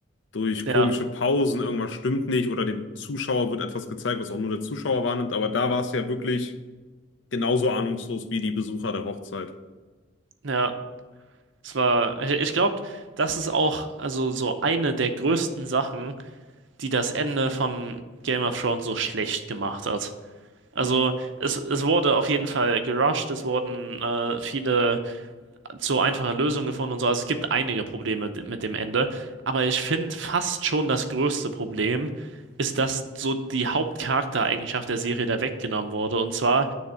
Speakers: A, on the left (about 65°); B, on the right (about 70°).
A: Durch
B: ja,
A: komische Pausen, irgendwas stimmt nicht oder dem Zuschauer wird etwas gezeigt, was auch nur der Zuschauer wahrnimmt. Aber da war es ja wirklich genauso ahnungslos wie die Besucher der Hochzeit.
B: ja. Es war, ich, ich glaube, das ist auch also so eine der größten Sachen, die das Ende von Game of Thrones so schlecht gemacht hat. Also
A: Mhm.
B: es, es wurde auf jeden Fall gerusht, es wurden äh, viele so einfache Lösungen gefunden und so. Also es gibt einige Probleme d- mit dem Ende, aber ich finde fast schon das größte Problem ist, dass so die Hauptcharaktereigenschaft der Serie da weggenommen wurde und zwar,